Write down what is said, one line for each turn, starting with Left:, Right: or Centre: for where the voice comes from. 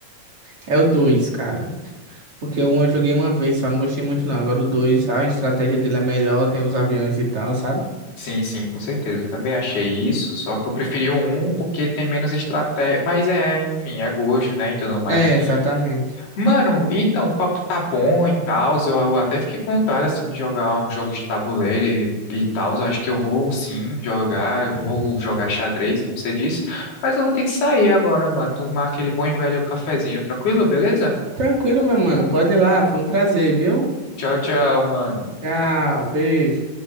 Right: É o dois, cara. Porque o um eu joguei uma vez, só não gostei muito não. Agora o 2, a estratégia dele é melhor, tem os aviões e tal, sabe?
Left: Sim, sim, com certeza. Eu também achei isso, só que eu preferi o um porque tem menos estratégia. Mas é, enfim, é gosto, né? E tudo mais.
Right: É, exatamente.
Left: Mano, então, o papo tá bom e tal. Eu, eu até fiquei com vontade, assim, de jogar uns jogos de tabuleiro e, e tal. Eu acho que eu vou sim jogar, eu vou jogar xadrez, como você disse. Mas eu vou ter que sair agora, mano. Tomar aquele bom e velho cafezinho, tranquilo? Beleza?
Right: Tranquilo, meu mano. Pode ir lá, foi um prazer, viu?
Left: Tchau, tchau, mano.
Right: Tchau, beijo.